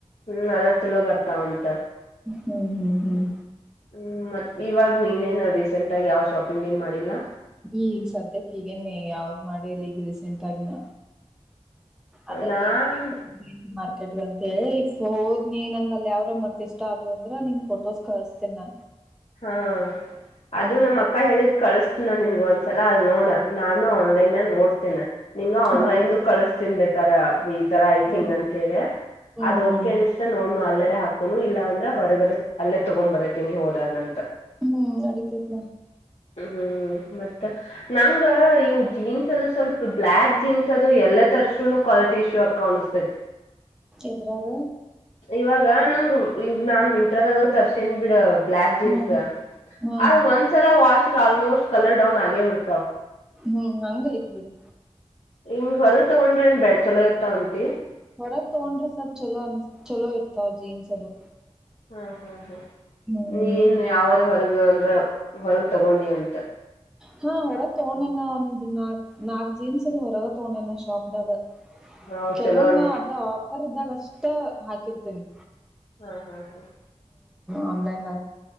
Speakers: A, on the left (about 65°); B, in the centre.
A: ಹ್ಮ್ ಅದ ಚಲೋ ಬರ್ತಾವಂತ
B: ಹ್ಮ್ ಹ್ಮ್ ಹ್ಮ್
A: ಹ್ಮ್ ಮತ್ ಇವಾಗ ನೀನೇನು ರೀಸೆಂಟ್ ಆಗ ಯಾವ ಶಾಪಿಂಗ್ ಏನ್ ಮಾಡಿಲ್ಲ
B: ಈಗ ಸದ್ಯಕ್ಕೆ ಈಗೇನೆೇ ಯಾವ್ದ್ ಮಾಡೇಲಿ ಈಗ ರೀಸೆಂಟ್ ಆಗ ನ ಅದ
A: ನಾನ್
B: ಏನ ಮಾರ್ಕೆಟ್ ಮೇ ಇಫ್ ಹೋದ್ ನೀಿ ನಂಗ ಅಲ್ ಯಾವ್ರ ಮತ್ ಇಷ್ಟ ಅದು ಅಂದ್ರ ನಿಂಗ ಫೋಟೋಸ್ ಕಳಸ್ತನ್ ನ
A: ಹಾ ಅದು ನಮ್ಮ್ ಅಕ್ಕ ಹೇಳಿದ್ ಕಳಸ್ತ ನ ನಿನ್ಗಂತ ್ಲ ಅಲ್ ನೋಡ ನಾನು ಆನ್ಲೈನ್ ನೋಡ್ ೇ ನಿಂಗ
B: ಹಾ
A: ಆನ್ಲೈನ್ ಕಳಿಸತನ್ ಬೇಕಾರ ಈ ತರ ಐತಿಂಗ್
B: ಹ್ಮ್
A: ಅಂತ ಹೇಳ
B: ಹ್ಮ್
A: ಅದಓಕೆ
B: ಹ್ಮ್
A: ಅನಿಸ್ತಾ ನೋಡ್ನು ಅಲ್ಲರ ಹಾಕುನು ಇಲ್ಲಾ ಅಂದ್ರೆ ಹೊರಗದ ಅಲ್ಲೇ ತಗೊ್ ಬರಕೆ ನೀವು ಹೋದಾಗ್ರ
B: ಹ್ಮ್ ನಡೀತೇತಿ
A: ಹ್ಮ್ ಮತ್ತೆ ನಂಗ ಇವು ಜೀನ್ಸ್ ಅದು ಸ್ವಲ್ಪ ಬ್ಲ್ಯಾಕ್ ಜೀನ್ಸ್ ಅದು ಎಲ್ಲ ತರ ಕ್ವಾಲಿಟಿ ಇಶ್ಯೂ ಆಕ ಅನ್ತೈತಿ
B: ಎದ್ರಾಗ
A: ಇವಾಗ ನಂಗ ಈಗ ನಾನ್ ಮಿಂತ್ರದಾಗ ತರ್ಸನ್್ ಬಿಡ್ ಬ್ಲ್ಯಾಕ್ ಜೀನ್ಸ್
B: ಹ್ಮ್ ಹ್ಮ್
A: ಆ ಒಂದ್ಸಲ ವಾಶ್ ಆಲ್ಮೋಸ್ಟ್ ಕಲರ್ ಡೌನ್ ಆಗೇ ಬಿಡ್ತಾವ
B: ಹ್ಮ್ ಹಂಗ ಐತ್ ಬಿಡು
A: ಹಿಂಗ ಹೊರಗ ತಗೊಂಡ್ರ ನ್ ಬಳ್ ಚಲೋ ಇತ್ತ ಅಂತಿ
B: ಹೊರಗೆ ತಗೊಂಡ್ರೆ ಸ ಚಲೋ ಅನ್ ಚಲೋ ಇರ್ತಾವ ಜೀನ್ಸ್ ಅದು
A: ಹಾ ಹಾ ಹಾ
B: ಹ್ಮ್
A: ನೀನು ಯಾವರ ಹೊರಗ ನೀ ಅಂದ್ರ ಹೊರ್ಗ ತಗೊಂಡಿ ಅಂತ
B: ಹಾ ಹೊರಗ್ ತಗೋೊಂಡಣ ಒಂದ್ ನಾಕ್ ನಾಕ್ ಜೀನ್ಸ್ ಅದು ಹೊರಗ ತಗೊಂಡಣಣ್ಣ ಶಾಪ್ ದಾಗ
A: ಅವ್
B: ಕೆಲವೊಮ್ಮ್
A: ಚಲೋ ಅನಿ
B: ನ ಅದ ಆಫರ್ ಇದ್ದಾಗ ಅಷ್ಟ ಹಾಕಿರ್ತೇನಿ
A: ಹಾ ಹಾ ಹಾ
B: ಆನ್ಲೈನ್ದ